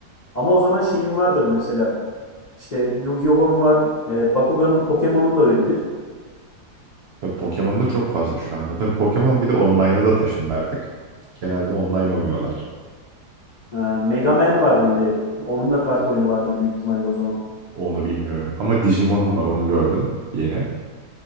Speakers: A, on the left; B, on the right.
A: Ama o zaman şeyim vardır mesela. İşte Yu-Gi-Oh'um var. e, Bakugan'ın Pokemon'un da öyledir.
B: Tabii Pokemon'da çok fazla şu anda. Tabii Pokemon bir de online'a da taşındı artık. Genelde online oynuyorlar.
A: E, Mega Man vardı bir de. Onun da kart oyunu vardır büyük ihtimalle o zaman.
B: Onu bilmiyorum. Ama Digimon'um var onu gördüm yeni.